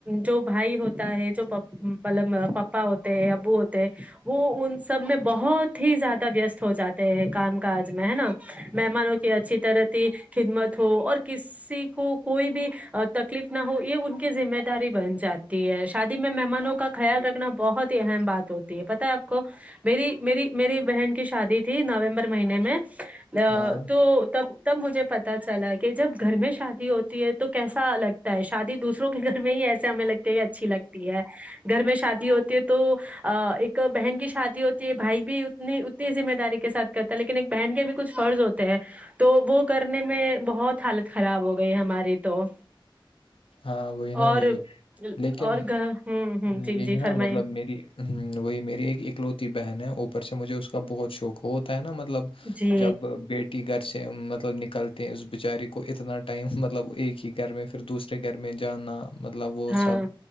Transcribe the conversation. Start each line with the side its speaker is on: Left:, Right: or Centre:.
Right: جو بھائی ہوتا ہے جو مطلب پپا ہوتے ہیں ابو ہوتے ہیں وہ ان سب میں بہت ہی زیادہ وست ہو جاتے ہیں کام کاج میں ہے نا مہمانوں کی اچھی طرح کی خدمت ہو اور کسی کو کوئی بھی تکلیف نہ ہو یہ ان کی ذمہ داری بن جاتی تی ہے شادی میں مہمانوں کا خیال رکھنا بہت ہی اہم بات ہوتی ہے پت ہے آپ کو میری میری میری بہن کی شادی تھی نومبر مہینے میں
Left: ہاں
Right: تو تب تب مجھے پتا چلا کہ جب گھر میں شادی ہوتی ہے تو کیسا لگتا ہے شادی دوسروں کے گھر میں ہی ایسے ہمیں لگتے کہ اچھی لگتی ہے گھر میں شادی ہوتی ہے تو ایک بہن کی شادی ہوتی ہے بھائی بھی اتنی ذمہ داری کے سھ کرتا ہے لیکن ایک بہن کے بھی کچھ فرض ہوتے ہیں تو وہ کرنے میں بہت حالت خراب ہو گئی ہماری تو
Left: ہاں وہی نا
Right: اور
Left: وہی لیکن
Right: اور گ ہوں ہ
Left: یہی
Right: جی جی
Left: نا
Right: فرمائیے
Left: مطلب میری ہ وہی میری ایک اکلوتی بہن ہے اوپر سے مجھے اس کا بہت شوق ہو ہے نا مطلب
Right: جی
Left: جب بیٹ گھر سے مطلب نکلتے ہیں اس بیچاری کو اتنا ٹائم مطلب ایک ہی گھر میں پھر دوس گھر میں جانا مطلب وہ
Right: ہاں
Left: سب